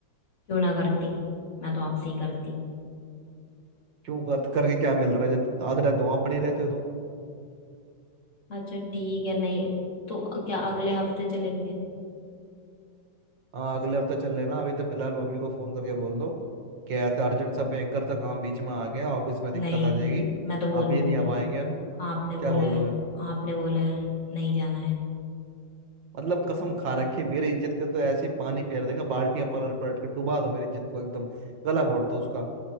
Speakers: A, on the left (about 40°); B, on the right (about 80°).
A: क्यों ना करती मैं तो आपसे ही करती
B: क्यों कर करके क्या मिल रहा है जब आधे टाइम तो वहां पड़ी रहते हो तुम।
A: अच्छा ठीक है नहीं तो क्या अगले हफ्ते चलेंगे
B: हाँ अगले हफ्ते चल लेना अभी तो फिलहाल मम्मी को फोन करके बोल दो कि ऐसे अर्जेंट सा भयंकर सा काम बीच में आ गया ऑफिस में दिक्कत
A: नहीं
B: आ जाएगी
A: मैं तो बोल
B: अब ये
A: दूंगी
B: नहीं आ पाएंगे अभी
A: आपने बोला
B: क्या बोल
A: है
B: दोगे
A: आपने बोला है नहीं जाना है
B: मतलब कसम खा रखी है, मेरी इज्जत के तो ऐसे ही पानी फेर देंगे बाल्टियां पलट पलट के डुबा दो मेरी इज्जत को एकदम गला घोट दो उसका